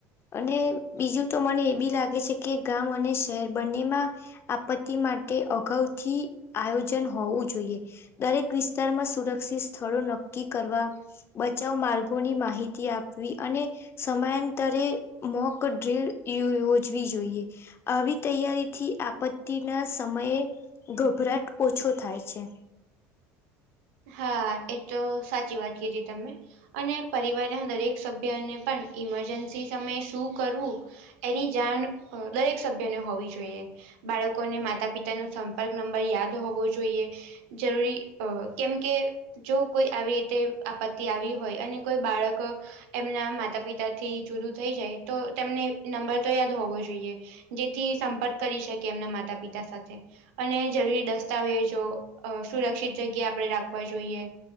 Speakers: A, on the left; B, on the right.
A: અને બીજું તો મને એ બી લાગે છે કે ગામ અને શહેર બંનેમાં આપત્તિ માટે અગાઉથી આયોજન હોવું જોઈએ. દરેક વિસ્તારમાં સુરક્ષિત સ્થળો નક્કી કરવા બચાવ માર્ગોની માહિતી આપવી અને સમયાંતરે મોક ડ્રીલ યોયોજવી જોઈએ, આવી તૈયારીથી આપત્તિના સમયે ગભરાટ ઓછો થાય છે.
B: હા એ તો સાચી વાત કીધી તમે. અને પરિવારના દરેક સભ્યને પણ ઈમરજન્સી સમયે શું કરવું એની જાણ અ દરેક સભ્યને હોવી જોઈએ. બાળકોને માતા પિતાનો સંપર્ક નંબર યાદ હોવો જોઈએ, જરૂરી અ કેમ કે જો કોઈ આવી રીતે આપત્તિ આવી હોય અને કોઈ બાળક એમના માતા પિતા થી જુદું થઈ જાય તો તેમને નંબર તો યાદ હોવો જોઈએ, જેથી સંપર્ક કરી શકે એમના માતા પિતા સાથે. અને જરૂરી દસ્તાવેજો અ સુરક્ષિત જગ્યા આપણે રાખવા જોઈએ,